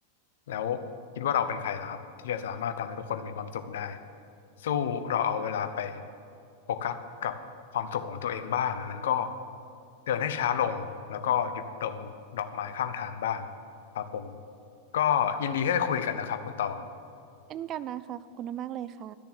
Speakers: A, on the left (about 60°); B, on the right (about 35°).
A: แล้วคิดว่าเราเป็นใครล่ะครับที่จะสามารถทำให้ทุกคนมีความสุขได้สู้เราเอาเวลาไปโฟกัสกับความสุขของตัวเองบ้างมันก็เดินให้ช้าลงแล้วก็หยุดดมดอกไม้ข้างทางบ้างครับผมก็ยินดีที่ได้คุยกันนะครับคุณตอง
B: เช่นกันนะคะขอบคุณมากๆเลยค่ะ